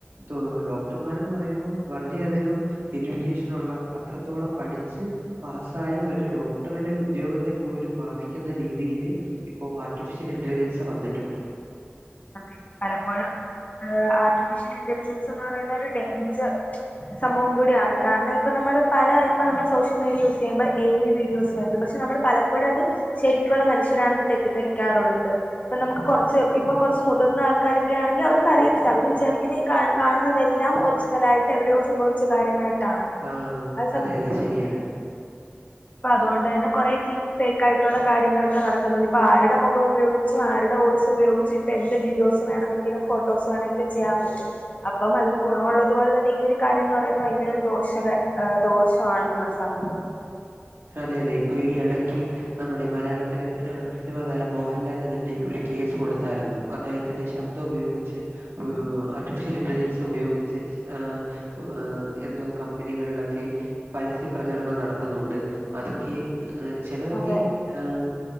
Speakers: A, on the right; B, on the left.
A: ത്തോ ഡോക്ടർമാരെന്ന് പറയുമ്പോൾ വളരെയധികം എചുക്കേഷനുള്ള അത്രത്തോളം പഠിച്ച് പാസ് സായ ഒരു ഡോക്ടറുടെ ഉദ്യോഗത്തെ പോലും ബാധിക്കുന്ന രീതിയില് ഇപ്പോ ആർട്ടിഫിഷ്യൽ ഇന്റലിജൻസ് വന്നിട്ടുണ്ട്
B: അതെ പലപ്പോഴും ഏഹ് ആർട്ടിഫിഷ്യൽ ഇന്റലിജൻസ് ന്ന് പറയുന്ന ഒരു ഡെയ്ഞ്ചർ സംഭവം കൂടിയാണ് കാരണം ഇപ്പ നമ്മള് പല ഇപ്പ നമ്മൾ സോഷ്യൽ മീഡിയ യൂസ് ചെയ്യുമ്പോൾ എ ഐ വീഡിയോസ് വരുന്നു പക്ഷെ നമ്മള് പലപ്പഴും അത് ശരിക്കുള്ള മനുഷ്യരാണെന്ന് തെറ്റിദ്ധരിക്കാറുണ്ട് ഇപ്പൊ നമുക്ക് കൊറച്ച് ഇപ്പ കൊറ്ച്ച് മുതിർന്ന ആൾക്കാരൊക്കെ ആണെങ്കിൽ അവർക്ക് അറിയത്തില്ല അവർ വിചാരിക്കുന്നെ ഈ കാണുന്നതെല്ലാം ഒർ ജ്നലായിട്ട് എവിടെയോ സംഭവിച്ച കാര്യമായിട്ടാണ്
A: ആ
B: അത് സത്
A: അതെ അതെ ശരിയാണ്
B: പ്പ അതോണ്ടെന്നെ കൊറേ ടീ ഫേക്കായിട്ടുള്ള കാര്യങ്ങളൊക്കെ നടക്കുന്നുണ്ട് ഇപ്പൊ ആരുടെ മുഖം ഉപയോഗിച്ചും ആരുടെ വോയ്സ് ഉപയോഗിച്ചും ഇപ്പ എന്റെ വീഡിയോസ് വേണമെങ്കിലും ഫോട്ടോസ് വേണെങ്കിലും ചെയ്യാൻ പറ്റും അപ്പം അതിന് ഗുണവൊള്ളതുപോലെ തന്നെ ഈ ഒര് കാര്യംന്ന് പറയുന്നെ ഭയങ്കര ഒരു ദോഷക ദോഷാണ് നമ്മുടെ സമൂഹ
A: അതെ അതെ ഇപ്പൊ ഈ എടയ്ക്ക് നമ്മുടെ മലയാള ത്തിലെ ഏഹ് സിനിമാ താരം മോഹൻലാല് തന്നെ ഒരു കേസ് കൊടുത്തായിരുന്നു അദ്ദേഹത്തിന്റെ ശബ്ദം ഉപയോഗിച്ച് ഏഹ് ആർട്ടിഫിഷ്യൽ ഇന്റലിജൻ സ് ഉപയോഗിച്ച് ഏഹ് ഏഹ് എന്തോ കമ്പനികളിലൊക്കെ പരസ്യ പ്രചരണം നടത്തുന്നുണ്ട് അതൊക്കെ ഏഹ് ചെലതൊക്കെ
B: അതെ,
A: ഏഹ്